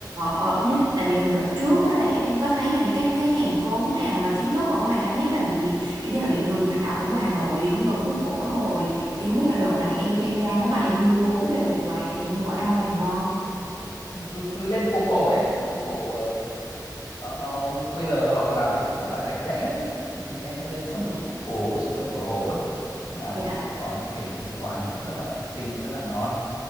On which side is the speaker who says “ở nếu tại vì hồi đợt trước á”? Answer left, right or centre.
Right